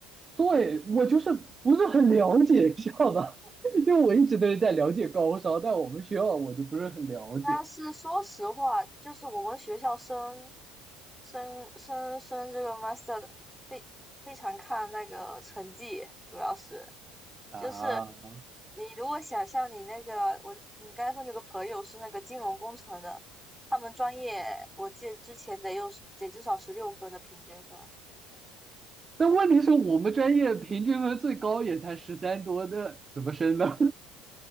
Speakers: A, on the right; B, in the centre.
A: 对，我就是不是很了解，知道吧？<laughs> 因为我一直都是在了解高烧，但我们学校我就不是很了解
B: 但是说实话，就是我们学校升升升升这个 master 的非非常看那个成绩，主要是
A: 啊。
B: 就是你如果想像你那个我你刚才说你有个朋友是那个金融工程的，他们专业我记得之前得有得至少十六分的平均分。
A: 但问题是我们专业平均分最高也才十三多的，那怎么升呢？